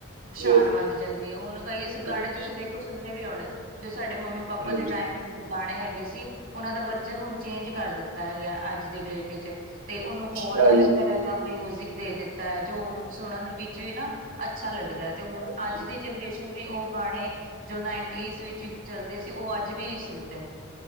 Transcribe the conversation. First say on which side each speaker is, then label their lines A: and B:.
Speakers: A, on the right; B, on the right.
A: ਸ਼ਾਨ
B: ਮਿਊਜ਼ਿਕ
A: ਵੱਧ
B: ਦੀ
A: ਜਾਂਦੀ ਏ ਹੁਣ ਕਈ ਗਾਣੇ
B: ਹਾਂਜੀ
A: ਤੁਸੀਂ ਦੇਖੋ ਸੁਣਨੇ ਵੀ ਆਉਣੇ ਜੋ ਸਾਡੇ ਮੰਮੀ ਪਾਪਾ
B: ਹਾਂਜੀ
A: ਦੇ ਟਾਈਮ ਚ ਗਾਣੇ ਹੈਗੇ ਸੀ ਉਹਨਾਂ ਦਾ ਵਰਜਨ ਹੁਣ ਚੇਂਜ ਕਰ ਦਿੱਤਾ ਹੈਗਾ ਅੱਜ ਦੀ ਡੇਟ ਵਿਚ ਤੇ ਉਹਨੂੰ ਹੋਰ
B: ਹਾਂਜੀ
A: ਅਲੱਗ ਤਰ੍ਹਾਂ ਦਾ ਮਿਊਜਿਕ ਦੇ ਦਿੱਤਾ ਜੋ ਹੁਣ ਸੁਣਨ ਵਿੱਚ ਵੀ ਨਾ ਅੱਛਾ ਲੱਗਦਾ ਤੇ ਹੁਣ
B: ਹਾਂਜੀ,
A: ਅੱਜ ਦੀ ਜਨਰੇਸ਼ਨ ਵੀ ਉਹ ਗਾਣੇ ਜੋ ਨਾਈਨਟੀਜ਼ ਵਿੱਚ ਚੱਲਦੇ ਸੀ ਉਹ ਅੱਜ ਵੀ ਸੁਣਦੇ